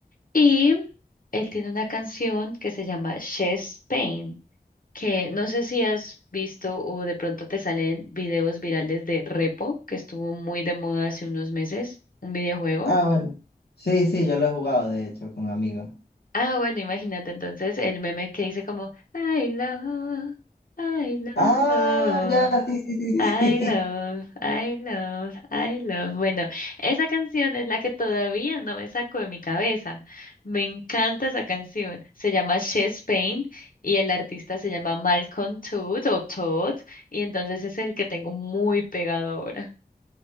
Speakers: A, on the left; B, on the left.
A: Y él tiene una canción que se llama Chest Pain, que no sé si has visto o de pronto te salen videos virales de Repo, que estuvo muy de moda hace unos meses, un videojuego.
B: Ah, bueno. Sí, sí, yo lo he jugado, de hecho, con amigos.
A: Ah, bueno, imagínate entonces el meme que dice como I love, I love,
B: Ah,
A: oh,
B: ya, sí, sí, sí,
A: I
B: sí. Sí,
A: love, I love, I love. Bueno, esa canción es la que todavía no me saco de mi cabeza. Me encanta esa canción. Se llama Chest Pain y el artista se llama Malcolm Todd o Todd y entonces es el que tengo muy pegado ahora